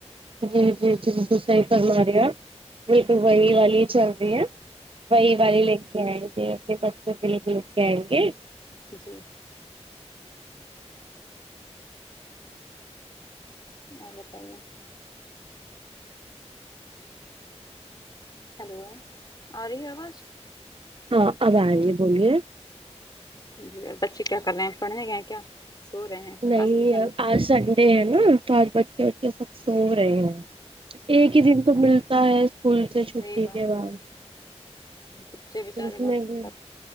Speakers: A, on the right; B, on the left.
A: جی جی جی ج صحی فرما رہی ہپ میں دبئی والی چل رہی ہیں وہی
B: جی
A: والے لے کے آئیں گے کے بچوں کے لوگ لے کے آئیں گے
B: جی اور بتائیے ہیلو آ رہی ہے آواز
A: ہاں اب آے بولیے
B: جی اور بچے کیا کر رہے ہیں پڑھنے گ ہیں کیا سو رہے ہیں
A: نہیں
B: آج تو سنڈے
A: آج سڈ سنڈے ہے نا تو آج بچے وچے سب سو رہے ہیں ایک ہی دن تو ملتا ہے اسکول سے
B: صحیح
A: چھٹی
B: بات
A: کے بعد
B: ہے بچے بچارے
A: اس
B: بہت
A: مے بھی